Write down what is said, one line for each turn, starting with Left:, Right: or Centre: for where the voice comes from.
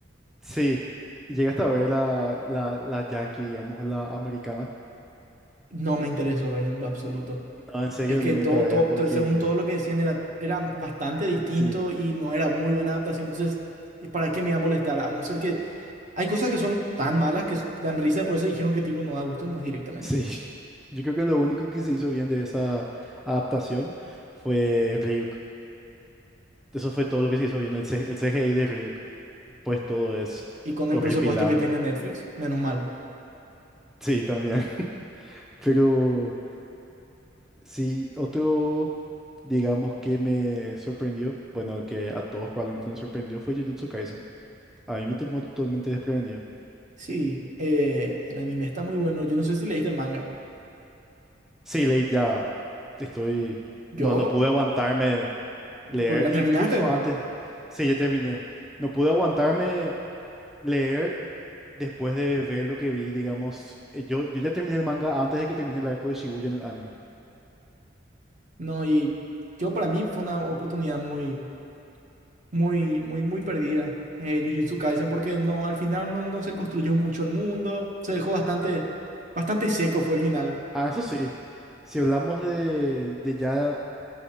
Centre: sí. Llegaste a ver la, la, la yankee, digamos, la americana.
Right: No me interesó ver en lo absoluto.
Centre: No, en serio,
Right: Es que
Centre: nunca
Right: todo,
Centre: veas
Right: todo,
Centre: porque...
Right: to- según todo lo que decían, era, era bastante distinto
Centre: Sí,
Right: y no era muy buena adaptación. Entonces, ¿y ¿para qué me iba a molestar? A no ser que hay cosas que son tan malas que s- dan risa, por eso dijeron que tipo no da gusto más directamente.
Centre: sí. <laughs> Yo creo que lo único que se hizo bien de esa adaptación fue Ryuk. Eso fue todo lo que se hizo bien, el, C- el CGI de Ryuk. Pues todo es
Right: Y con el
Centre: horripilante.
Right: presupuesto que tiene Netflix, menos mal.
Centre: Sí, también. <laughs> Pero sí, otro, digamos, que me sorprendió, bueno, el que a todos probablemente nos sorprendió fue Jujutsu Kaisen. A mí me tomó totalmente desprevenido.
Right: Sí, eh, el anime está muy bueno. Yo no sé si leíste el manga.
Centre: Sí, leí ya. Estoy.
Right: Yo
Centre: No, no pude aguantarme leer.
Right: Porque ya terminaste,
Centre: Incluso antes. Sí, ya terminé. No pude aguantarme leer después de ver lo que vi, digamos. eh, Yo, yo ya terminé el manga antes de que termine el arco de Shibuya en el anime.
Right: ¿no? Y yo para mí fue una oportunidad muy, muy, muy, muy perdida, eh, Jujutsu Kaisen, porque no, al final no, no se construyó mucho el mundo, se dejó bastante, bastante seco fue el final.
Centre: Ah, eso sí. Si hablamos de, de ya,